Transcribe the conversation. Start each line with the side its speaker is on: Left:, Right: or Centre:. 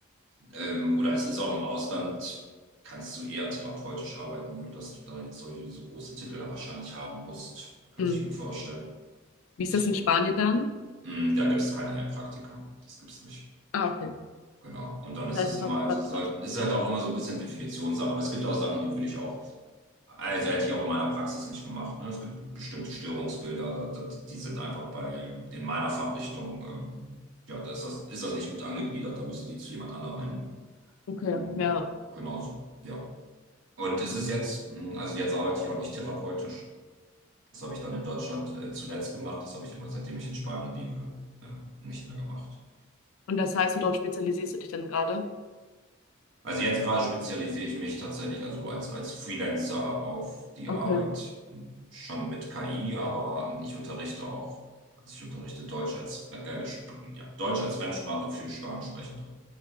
Right: ähm, oder es ist auch im Ausland, kannst du eher therapeutisch arbeiten, ohne dass du da jetzt solche so große Titel da wahrscheinlich haben musst, könnte
Left: Mhm.
Right: ich mir vorstellen.
Left: Wie
Right: Ich,
Left: ist das in Spanien dann?
Right: hm, da gibt es keinen Heilpraktiker. Das gibt es nicht.
Left: Ah, okay.
Right: Genau. Und dann ist
Left: Das
Right: es
Left: heißt, das
Right: immer,
Left: hast du
Right: also
Left: gerade
Right: es
Left: wieder.
Right: ist halt, ist halt auch immer so ein bisschen Definitionssache. Aber es gibt auch Sachen, die würde ich auch. Also hätte ich auch in meiner Praxis nicht gemacht. Ne? Es gibt be- bestimmte Störungsbilder, da, da, die sind einfach bei, in meiner Fachrichtung, ähm, ja, da ist das, ist das nicht gut angegliedert, da müssen die zu jemand anderem hin.
Left: Okay,
Right: Und
Left: ja.
Right: genauso, ja. Und es
Left: ja.
Right: ist jetzt, mh, also jetzt arbeite ich auch nicht therapeutisch. Das habe ich dann in Deutschland äh, zuletzt gemacht, das habe ich aber seitdem ich in Spanien lebe, äh, nicht mehr gemacht.
Left: Und das heißt, worauf spezialisierst du dich dann gerade?
Right: Also jetzt gerade spezialisiere ich mich tatsächlich also als, als Freelancer auf die
Left: Okay,
Right: Arbeit hm, schon mit KI, aber hm, ich unterrichte auch, also ich unterrichte Deutsch als, äh, Sp- ja, Deutsch als Fremdsprache für Spanischsprechende.